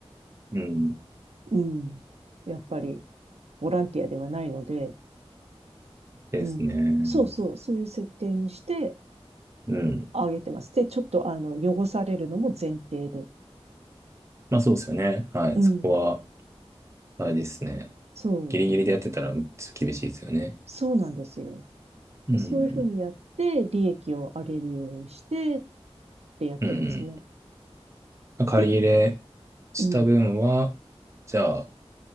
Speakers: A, on the right; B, on the right.
A: うん。
B: うん。やっぱりボランティアではないので、
A: ですね。
B: うん。そうそう、そういう設定にして
A: うん。
B: あげてます。で、ちょっとあの、汚されるのも前提で。
A: まあそうですよね。はい。
B: うん。
A: そこは、あれですね。
B: そう。
A: ギリギリでやってたら、ちょっと厳しいですよね。
B: そうなんですよ。
A: うん。
B: そういうふうにやって、利益を上げるようにしてってやってますね。
A: うん。ま借り入れ
B: で、
A: した分は、
B: うん。
A: じゃあ、